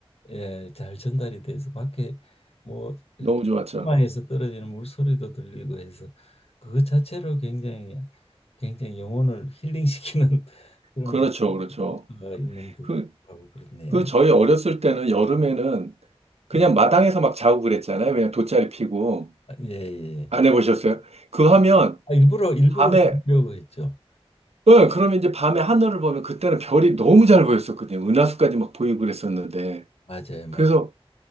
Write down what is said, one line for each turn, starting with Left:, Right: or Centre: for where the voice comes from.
Left: 예, 잘 전달이 돼서 밖에 뭐 이렇게
Right: 너무 좋았죠.
Left: 마에서 떨어지는 물소리도 들리고 해서 그것 자체로 굉장히 굉장히 영혼을 힐링시키는 <laughs> 그런
Right: 그렇죠, 그렇죠.
Left: 가 있는 듯하고
Right: 그
Left: 그렇네요.
Right: 그 저희 어렸을 때는 여름에는 그냥
Left: 예,
Right: 마당에서 막 자고 그랬잖아요. 그냥 돗자리 피고.
Left: 아, 예, 예.
Right: 안 해보셨어요? 그거 하면
Left: 아, 일부러 일부러
Right: 밤에,
Left: 보려고 했죠.
Right: 응, 그러면 이제 밤에 하늘을 보면 그때는 별이 너무 잘 보였었거든요. 은하수까지 막 보이고 그랬었는데.
Left: 맞아요, 맞아요.
Right: 그래서,